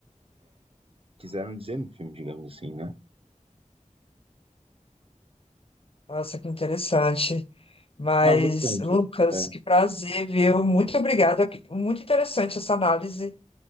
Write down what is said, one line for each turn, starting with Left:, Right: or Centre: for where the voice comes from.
Right: quiseram dizer no filme, digamos assim, né?
Left: Nossa, que interessante. Mas,
Right: Não, bastante.
Left: Lucas,
Right: É.
Left: que prazer, viu? Muito obrigada. Muito interessante essa análise.